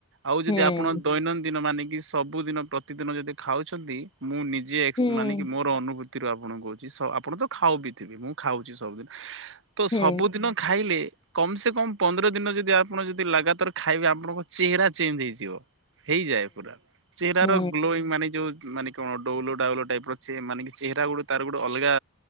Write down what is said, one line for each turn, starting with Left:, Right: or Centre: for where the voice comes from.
Right: ଆଉ ଯଦି
Left: ହୁଁ
Right: ଆପଣ ଦୈନନ୍ଦିନ ମାନେ କିି ସବୁଦିନ ପ୍ରତିଦିନ ଯଦି ଖାଉଛନ୍ତି ମୁଁ ନି ଜେ
Left: ହୁଁ
Right: ମାନେ କି ମୋର ଅନୁଭୂତି ତି ରୁ ଆପଣଙ୍କୁ କହୁଚି ଆପଣ ତ ଖାଉ ବି ଥିବେ ମୁଁ ଖାଉଛି ସବୁଦିନ୍। ତ
Left: ହୁଁ
Right: ସବୁଦିନ ଖାଇଲେ କମ୍ ସେ କମ୍ ପନ୍ଦର ଦିନ ଯଦି ଆପଣ ଯଦି ଲଗାତାର ଖାଇବେ ଆପଣଙ୍କ ଚେହେରା ଚେଞ୍ଜ ହେଇଯିବ। ହେଇଯାଏ ପୁରା। ଚେହେରାର
Left: ହୁଁ
Right: ଗ୍ଲୋ ମାନେ ଯୋଉ ମାନେ କଣ ଡଉଲ ଡାଉଲ ଟାଇପ୍ ର ସେ ମାନେ କିଛି ଚେହେରା ଗୋଟେ ତାର ଗୋଟେ ଅଲଗା